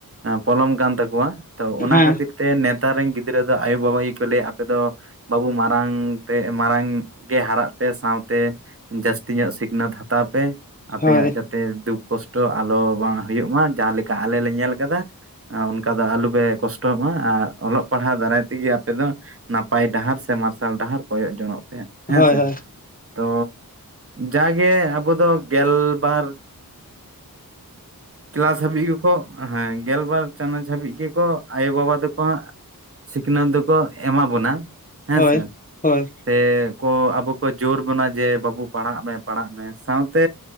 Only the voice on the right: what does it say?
ᱯᱚᱞᱚᱢ ᱠᱟᱱ ᱛᱟᱠᱚᱣᱟ᱾ ᱛᱚ ᱚᱱᱟ
ᱠᱷᱟᱹᱛᱤᱨ ᱛᱮ ᱱᱮᱛᱟᱨ ᱨᱮᱱ ᱜᱤᱫᱽᱨᱟᱹ ᱫᱚ ᱟᱭᱳᱼᱵᱟᱵᱟ ᱜᱮᱠᱚ ᱞᱟᱹᱭᱟ ᱟᱯᱮ ᱫᱚ ᱵᱟᱹᱵᱩ ᱢᱟᱨᱟᱝ ᱛᱮ ᱢᱟᱨᱟᱝ ᱜᱮ ᱦᱟᱨᱟᱜ ᱯᱮ ᱥᱟᱶᱛᱮ ᱡᱟᱹᱥᱛᱤ ᱧᱚᱜ ᱥᱤᱠᱷᱱᱟᱹᱛ ᱦᱟᱛᱟᱣ ᱯᱮ, ᱟᱯᱮᱭᱟᱜ
ᱡᱟᱛᱮ ᱫᱩᱠ ᱠᱚᱥᱴᱚ ᱟᱞᱚ ᱵᱟᱝ ᱦᱩᱭᱩᱜ ᱢᱟ ᱡᱟᱦᱟᱸ ᱞᱮᱠᱟ ᱟᱞᱮ ᱞᱮ ᱧᱮᱞ ᱠᱟᱫᱟ, ᱚᱱᱠᱟ ᱫᱚ ᱟᱞᱚᱯᱮ ᱠᱚᱥᱴᱚᱜ ᱢᱟ᱾ ᱟᱨ ᱚᱞᱚᱜ ᱯᱟᱲᱦᱟᱣ ᱫᱟᱨᱟᱭ ᱛᱮᱜᱮ ᱟᱯᱮ ᱫᱚ ᱱᱟᱯᱟᱭ ᱰᱟᱦᱟᱨ ᱥᱮ ᱢᱟᱨᱥᱟᱞ ᱰᱟᱦᱟᱨ ᱠᱚᱭᱚᱜ ᱡᱚᱱᱚᱜ ᱯᱮ᱾ ᱦᱮᱸᱥᱮ
ᱛᱚ ᱡᱟᱜᱮ ᱟᱵᱚ ᱫᱚ ᱜᱮᱞᱵᱟᱨ ᱠᱞᱟᱥᱵᱤ ᱠᱚ ᱦᱮᱸ ᱜᱮᱞᱵᱟᱨ ᱪᱟᱱᱟᱪ ᱦᱟᱹᱵᱤᱡ ᱜᱮᱠᱚ ᱟᱭᱳ ᱵᱟᱵᱟ ᱛᱟᱠᱚᱣᱟ ᱥᱤᱠᱷᱱᱟᱹᱛ ᱫᱚᱠᱚ ᱮᱢᱟ ᱵᱚᱱᱟ ᱦᱮᱸ
ᱥᱮ
ᱛᱮ ᱠᱚ ᱟᱵᱚ ᱠᱚ ᱡᱳᱨ ᱵᱚᱱᱟ ᱡᱮ ᱵᱟᱹᱵᱩ ᱯᱟᱲᱦᱟᱜ ᱢᱮ ᱯᱟᱲᱦᱟᱜ ᱢᱮ ᱥᱟᱶᱛᱮ